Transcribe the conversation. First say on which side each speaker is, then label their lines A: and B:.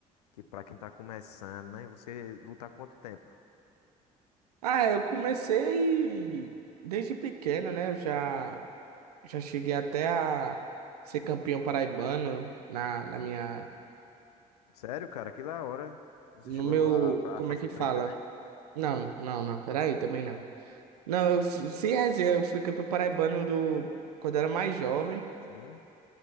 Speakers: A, on the left; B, on the right.
A: Tipo, pra quem tá começando, né? Você luta há quanto tempo?
B: Ah, é, eu comecei desde pequeno, né? Eu já, já cheguei até a ser campeão paraibano na, na minha.
A: Sério, cara, que da hora. Você
B: No
A: chegou
B: meu.
A: a, pra-
B: Como
A: a faixa
B: é que
A: preta,
B: fala?
A: né?
B: Não, não, não, peraí, também não. Não, eu, f- sem resenha, eu fui campeão paraibano do, quando era mais jovem.
A: Sim.